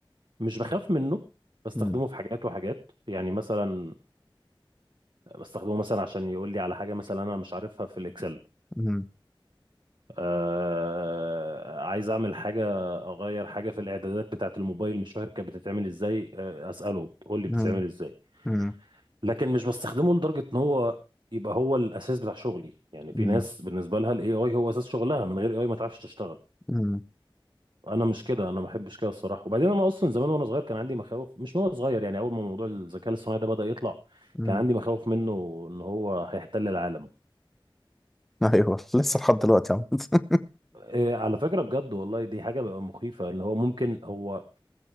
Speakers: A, on the right (about 60°); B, in the centre.
A: مش بخاف منه بستخدمه
B: مم.
A: في حاجات وحاجات يعني مثلا بستخدمه مثلا عشان يقول لي على حاجة مثلا أنا مش عارفها في الإكسل
B: مم.
A: آه عايز أعمل حاجة أغير حاجة في الإعدادات بتاعة الموبايل مش فاكر كانت بتتعمل إزاي آه أسأله تقول لي
B: مم.
A: بتتعمل إزاي
B: مم.
A: لكن مش بستخدمه لدرجة إن هو يبقى هو الأساس بتاع شغلي يعني في
B: مم.
A: ناس
B: مم.
A: بالنسبة لها ال AI هو أساس شغلها من غير AI ما تعرفش تشتغل
B: <laughs>
A: انا مش كده انا ما بحبش كده الصراحه وبعدين انا اصلا زمان وانا صغير كان عندي مخاوف مش من وانا صغير يعني اول ما موضوع الذكاء الاصطناعي ده بدا يطلع
B: مم.
A: كان عندي مخاوف منه ان هو هيحتل العالم
B: أيوه لسه لحد دلوقتي عم <laughs>
A: إيه على فكره بجد والله دي حاجه بقى مخيفه ان هو ممكن هو